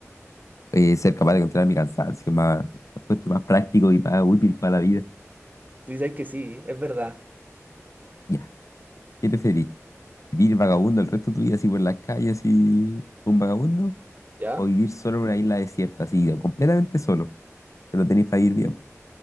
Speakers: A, on the left (about 80°); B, on the right (about 30°).
A: eh, ser capaz de controlar mi cansancio, más, lo encuentro más práctico y más útil para la vida.
B: Tú dices que sí, es verdad.
A: Ya, ¿qué preferís? ¿Vivir vagabundo el resto de tu vida así por las calles, así un vagabundo?
B: ¿Ya?
A: ¿O vivir solo en una isla desierta, así, o completamente solo? Pero tenéis para ir bien.